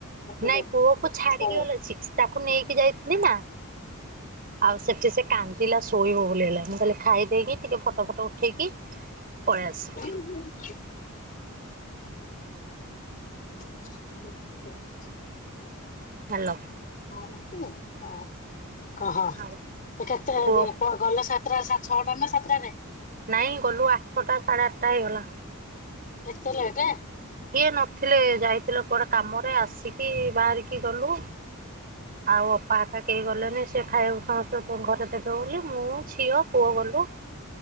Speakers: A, on the left; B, on the right.
A: ଏଥିପାଇଁ
B: ନାଇଁ ପୁଅକୁ ଛାଡିକି
A: ପଳେଇଆ।
B: ଗଲେ ସିକ୍ସି ତାକୁ ନେଇକି ଯାଇଥିଲି ନା ଆଉ ସେଠି ସେ କାନ୍ଦିଲା ଶୋଇବ ବୋଲି ହେଲା। ମୁଁ ଖାଲି ଖାଇ ଦେଇକି ଟିକେ ଫଟ ଫଟ ଉଠେଇକି ପଳେଇ ଆସିବି।
A: <unintelligible> <unintelligible>
B: ହାଲୋ।
A: କହୁନୁ ତୁ କ‌ଅ <unintelligible> କହ‌ ଏ
B: ଆଉ
A: କେତେଟା
B: କୁହ
A: ହବ? କଣ ଗଲେ ସାତଟା ସାଢେ ଛଅଟା ନା ସାତଟାରେ?
B: ନାଇଁ ଗଲୁ ଆଠଟା ସାଢେ ଆଠଟା ହେଇଗଲା।
A: ଏତେ ଲେଟ୍।
B: ଇଏ ନଥିଲେ ଯାଇଥିଲେ କୁଆଡେ କାମରେ ଆସିକି ବାହାରିକି ଗଲୁ। ଆଉ ଅପା ହେରିକା କେହି ଗଲେନି। ସେ ଖାଇବାକୁ ସମସ୍ତଙ୍କୁ ଘରେ ଦେବେ ବୋଲି ମୁଁ ଝିଅ ପୁଅ ଗଲୁ।